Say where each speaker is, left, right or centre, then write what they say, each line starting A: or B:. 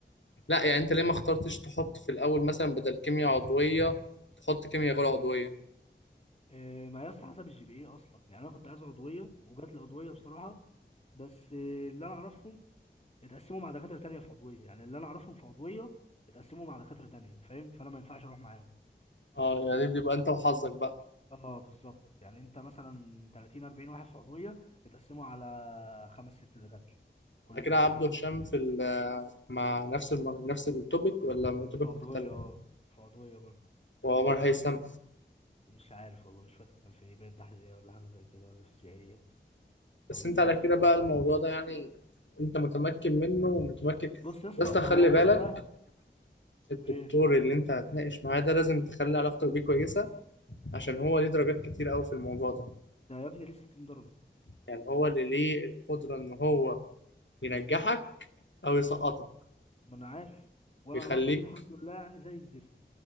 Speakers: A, on the left (about 80°); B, on the left (about 35°).
A: لا يعني انت ليه ما اخترتش تحط في الاول مثلا بدل كيمياء عضويه تحط كيمياء غير عضويه
B: إيه ما يا اسطى حسب الجي بي اي اصلا يعني انا كنت عايز عضويه وجات لي عضويه بصراحه بس إيه، اللي انا اعرفهم اتقسموا مع دكاتره تانيه في عضويه يعني اللي انا اعرفهم في عضويه اتقسموا مع دكاتره تانيه فاهم فانا ما ينفعش اروح معاهم
A: اه يعني دي بيبقى انت وحظك بقى
B: اه بالظبط يعني انت مثلا 30 40 واحد في عضويه بتقسمه على خمس ست دكاتره كل
A: على كده
B: دكتور
A: عبده
B: بياخد
A: هشام في ال- مع نفس الم... نفس التوبيك ولا توبيك
B: في عضويه
A: مختلف
B: اه في عضويه برضه
A: وعمر هيثم
B: مش عارف والله مش فاكر كان في ايه باين تحليليه ولا حاجه زي كده ولا فيزيائيه
A: بس
B: او انجو
A: انت على كده
B: آه.
A: بقى الموضوع ده يعني انت متمكن منه ومتمكن
B: بص يا اسطى
A: بس خلي
B: هو موضوع
A: بالك
B: سهل
A: الدكتور
B: ايه
A: اللي انت هتناقش معاه ده لازم تخلي علاقتك بيه كويسة عشان هو ليه درجات كتير قوي في الموضوع ده
B: ده يا ابني ليه 60 درجه
A: يعني هو اللي ليه القدرة ان هو ينجحك او يسقطك
B: ما انا عارف وانا
A: يخليك
B: علاقتي بيه الحمد لله يعني زي الزفت